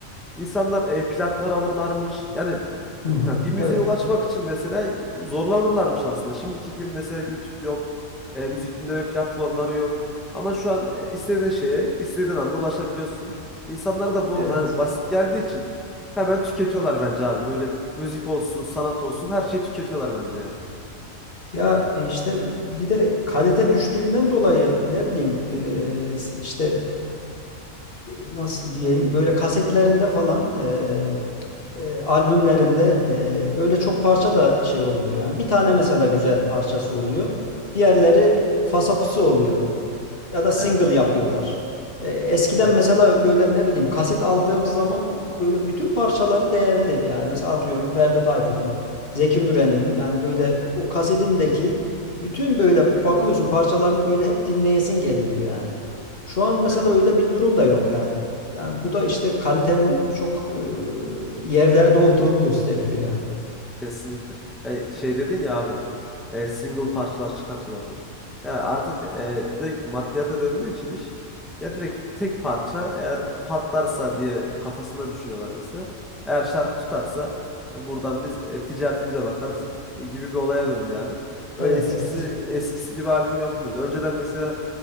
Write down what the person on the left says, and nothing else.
Hı hı.
Evet.
Evet.
Ya e, işte bir de kalite düştüğünden dolayı ne bileyim e, işte nasıl diyeyim böyle kasetlerinde falan e, e, albümlerinde e, böyle çok parça da şey olmuyor yani. Bir tane mesela güzel parçası oluyor. Diğerleri e, fasafisi oluyor ya da single
yapıyorlar. E, eskiden
mesela
böyle ne bileyim kaset aldığımız zaman böyle bütün parçaları değerli. Yani mesela atıyorum Ferdi Tayfur'un, Zeki Müren'in yani böyle o kasetindeki bütün böyle bakıyorsun parçaların böyle hep dinleyesin geliyor yani. Şu an mesela
öyle
bir durum da yok yani. Yani bu da işte kalitenin çok e, yerlerde olduğunu gösteriyor yani.
Evet
evet.